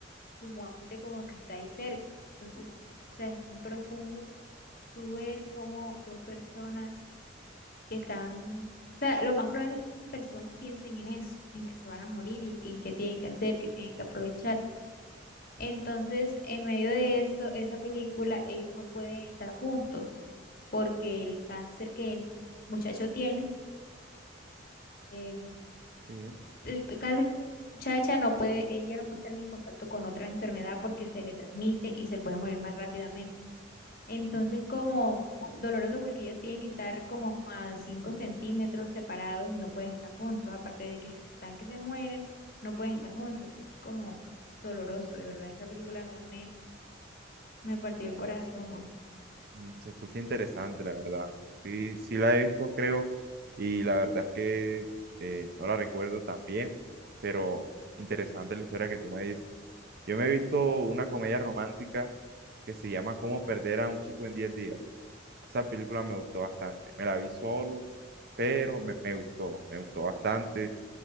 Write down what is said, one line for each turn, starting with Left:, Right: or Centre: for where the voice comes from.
Left: su muerte como que está ahí cerca. Entonces, o sea, es muy profundo tú ver cómo dos personas que están, o sea, lo más probable es que esas personas piensen en eso, en que se van a morir y en qué tienen que hacer, que tienen que aprovechar. Entonces, en medio de eso, esa película, ellos no pueden estar juntos porque el cáncer que el muchacho tiene, eh,
Right: Sí.
Left: el c- cáncer de la muchacha no puede, ella no puede estar en contacto con otra enfermedad porque se le transmite y se puede morir más rápidamente. Entonces, como doloroso porque ellos tienen que estar como a 5 centímetros separados y no pueden estar juntos, aparte de que están que se mueren, no pueden estar juntos. Entonces, como doloroso, de verdad, esa película a mí me... Me partió el corazón.
Right: Mm, Se escucha interesante, la verdad. Sí, sí la he visto, creo, y la verdad es que eh, no la recuerdo tan bien, pero interesante la historia que tú me dices. Yo me he visto una comedia romántica que se llama Cómo perder a un chico en diez días. Esa película me gustó bastante. Me la vi solo, pero me, me gustó, me gustó bastante.